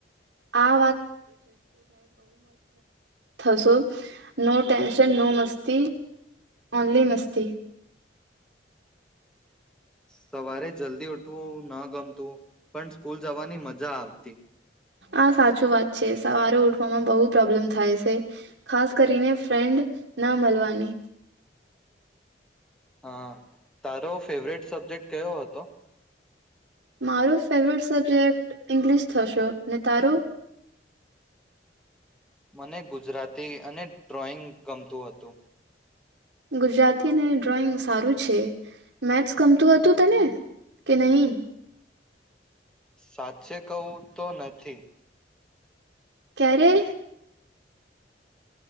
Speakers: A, on the right; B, in the centre.
A: આ થસો નો ટેન્શન નો મસ્તી ઓનલી મસ્તી.
B: સવારે જલ્દી ઉઠવું ન ગમતું પણ સ્કૂલ જવાની મજા આવતી.
A: આા સાચું વાત છે સવારે ઉઠવામાં બહુ પ્રોબ્લેમ થાય છે ખાસ કરીને ફ્રેન્ડ ના મળવાની.
B: હા તારો ફેવરેટ સબ્જેક્ટ કયો હતો.
A: મારો ફેવરેટ સબ્જેક્ટ ઇંગ્લિશ થશો અને તારું.
B: મને ગુજરાતી અને ડ્રોઈંગ ગમતું હતું.
A: ગુજરાતી અને ડ્રોઈંગ સારું છે મેથ્સ ગમતું હતું તને કે નહી.
B: સાચે કવું તો નથી.
A: ક્યારે.